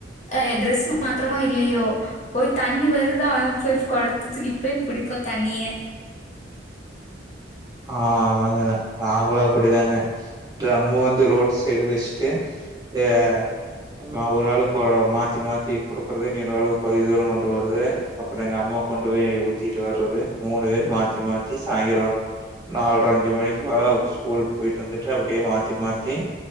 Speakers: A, on the left; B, on the right.
A: ஆ டிரெஸ் மாத்திரமோ இல்லயோ போய் தண்ணி வருதா போய் குடத்த தூக்கிட் போய் புடிப்போம் தண்ணியே
B: ஆமா ஆமாங்க நா நாங்களும் அப்டிதாங்க து நம்ம வந்து ரோட் சைடு வஷ்ட்டு ஆ மா ஒரு ஆளுக்கு கு மாத்தி மாத்தி குடுக்குறது இன்னொ ஆளுக் பாதி தூரம் கொண்டு வறது அப்பறம் எங்க அம்மா கொண்டு போய் ஊத்திட்டு வறது மூணு பேர் மாத்தி மாத்தி சாய்ந்தரம் நால்ர அஞ்சு மணிக்கு மேல ஸ்கூல் போயிட்டு வந்துட்டு அப்டியே மாத்தி மாத்தி